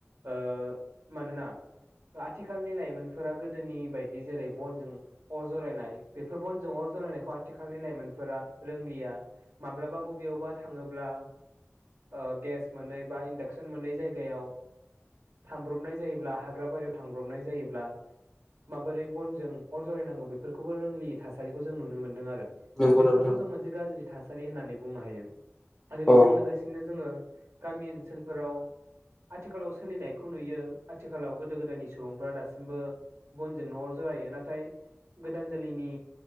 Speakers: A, on the right (about 70°); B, on the left (about 15°).
A: ओ मानोना। आथिखालनि लाइमोनफोरा गोदोनि बायदि। बिदि जेरै बनजों अर जरायनाय बेफोर बनजों अर जरायनायखौ आथिखालनि लाइमोनफोरा रोंलिया। माब्लाबा बबेयावबा थाङोब्ला। ओ गेस मोनै बा इन्डाक्सन मोनै जायगायाव। थांब्रबनाय जायोब्ला हाग्रा बारियाव थांब्रबनाय जायोब्ला। माबोरै बनजों अर जरायनांगौ बेफोरखौबो रोंलियै थासारिखौ जों नुनो मोनदों आरो।
B: नंगौ
A: दा बेफोरखौ
B: नोंथां नंगौ
A: जों मोनसे गाज्रि थासारि होननानै बुंनो हायो। आरो बेजों
B: औ
A: लोगोसेनो जोङो गामि ओनसोलफोराव आथिखालाव सोलिनायखौ नुयो आथिखालाव गोदो गोदायनि सुबुंफोरा दासिमबो बनजोंनो अर जरायो नाथाय गोदान जोलैनि